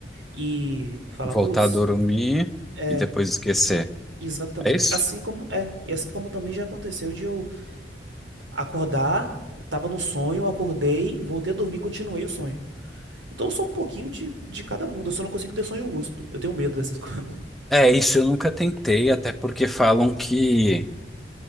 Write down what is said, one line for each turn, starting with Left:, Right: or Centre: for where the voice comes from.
Right: e falar,
Centre: Voltar
Right: putz.
Centre: a dormir
Right: é,
Centre: e depois esquecer.
Right: Exatamente.
Centre: É isso?
Right: Assim como é, e assim como também já aconteceu de eu acordar, tava no sonho, acordei, voltei a dormir, continuei o sonho. Então eu sou um pouquinho de, de cada mundo, eu só não consigo ter sonho lúcido. Eu tenho medo dessas <laughs> coisas.
Centre: É, isso eu nunca tentei, até porque falam que